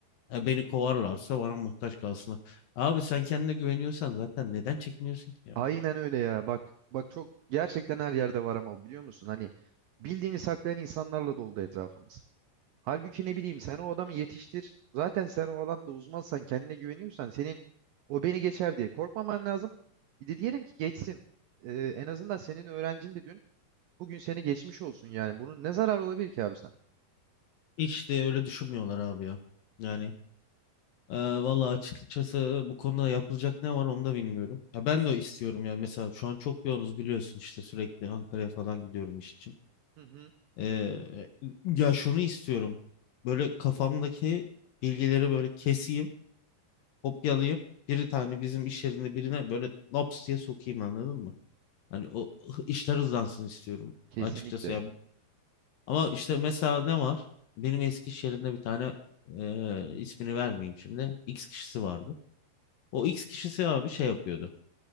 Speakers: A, on the left (about 65°); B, on the right (about 80°).
A: E beni kovarlarsa bana muhtaç kalsınlar. Abi sen kendine güveniyorsan zaten neden çekiniyorsun ki ya?
B: Aynen öyle ya. Bak bak çok gerçekten her yerde var ama biliyor musun? Hani bildiğini saklayan insanlarla doldu etrafımız. Halbuki ne bileyim sen o adamı yetiştir. Zaten sen o alanda uzmansan kendine güveniyorsan senin o beni geçer diye korkmaman lazım. Bir de diyelim ki geçsin. Ee, en azından senin öğrencin de dün bugün seni geçmiş olsun yani. Bunun ne zarar olabilir ki abi sana?
A: Hiç de öyle düşünmüyorlar abi ya. Yani Ee, Valla açıkçası bu konuda yapılacak ne var onu da bilmiyorum. Ya ben de istiyorum ya mesela şu an çok yoğunuz biliyorsun işte sürekli Ankara'ya falan gidiyorum iş için.
B: Hı hı.
A: Ee, ya şunu istiyorum. Böyle kafamdaki bilgileri böyle keseyim, kopyalayayım. Bir tane bizim iş yerinde birine böyle laps diye sokayım anladın mı? Hani o işler hızlansın istiyorum
B: Kesinlikle.
A: açıkçası ya. Ama işte mesela ne var? Benim eski iş yerinde bir tane e, ismini vermeyeyim şimdi. X kişisi vardı. O X kişisi abi şey yapıyordu.